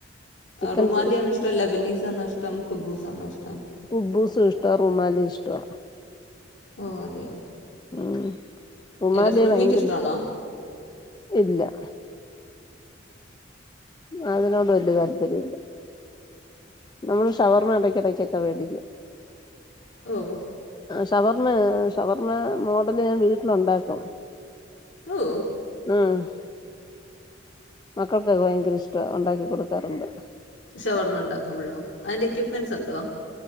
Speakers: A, on the left (about 25°); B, on the left (about 80°).
A: ചിക്കൻ
B: റുമാലിയാണോ
A: സ് ഷ
B: ഇഷ്ടം ലബനീസ് ആണോ ഇഷ്ടം കുബൂസ് ആണോ ഇഷ്ടം
A: കുബ്ബൂസും ഇഷ്ടാ റുമാലിയും ഇഷ്ടാ.
B: ഓ അതെയോ
A: ഉം ഉമാലിയെ
B: ഏതാ ഫുൾ
A: ഭയങ്കര
B: മീറ്റ് ഇഷ്ടമാണോ
A: ഇഷ്ടാ. ഇല്ല- അതിനോട് വല്യ താല്പര്യമില്ല- നമ്മള് ഷവർമ എടക്കെടക്കക്കെ വേടിക്കും-
B: ഓ-
A: ഷവർമ ഷവർമ മോഡല് ഞാൻ വീട്ടിലൊണ്ടാക്കും-
B: ഓ-
A: ആഹ് - മക്കൾക്കൊക്കെ ഭയങ്കര ഇഷ്ട ഒണ്ടാക്കി കൊടുക്കാറുണ്ട്-
B: ഷവർമ ഉണ്ടാക്കുമ്പോഴോ അതിന്റെ എക്യുപെൻസ് എന്തുവാ?